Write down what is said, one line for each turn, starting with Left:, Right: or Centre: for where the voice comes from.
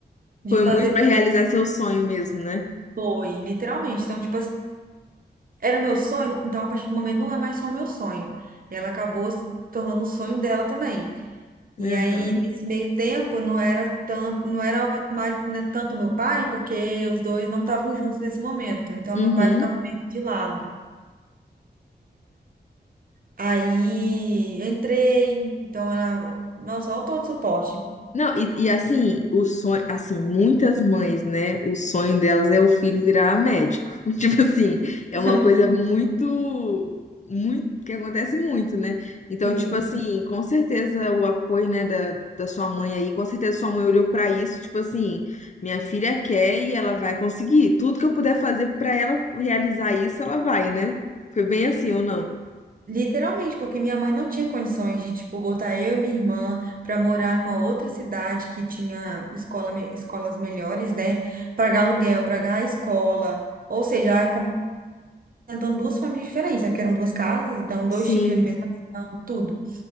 Right: de
Left: Foi
Right: fazer?
Left: muito pra realizar seu sonho mesmo, né?
Right: Foi, literalmente. Então, tipo era o meu sonho, então a partir do momento não é mais só o meu sonho. Ela acabou se tornando o sonho dela também. E
Left: Aham.
Right: aí, nesse meio tempo, não era tanto, não era mais, né, tanto meu pai, porque os dois não estavam juntos nesse momento. Então,
Left: Uhum.
Right: meu pai ficava meio de lado. Aí, entrei, então ela, nossa, olha todo o suporte.
Left: Não, e, e assim, o sonho, assim, muitas mães, né? O sonho delas é o filho virar médico. <laughs> Tipo assim, é
Right: <laughs>
Left: uma coisa muito, muito, que acontece muito, né? Então,
Right: Sim.
Left: tipo assim, com certeza o apoio, né, da, da sua mãe aí, com certeza sua mãe olhou pra isso, tipo assim, minha filha quer e ela vai conseguir. Tudo que eu puder fazer pra ela realizar isso, ela vai, né? Foi bem assim ou não?
Right: Literalmente, porque minha mãe não tinha condições de, tipo, botar eu e minha irmã para morar em uma outra cidade que tinha escola, me- escolas melhores, né? Pagar aluguel, pagar a escola. Ou seja, ela complementando duas famílias diferentes, né? Porque eram duas casas, então dois
Left: Sim.
Right: tipos de alimentação, tudo.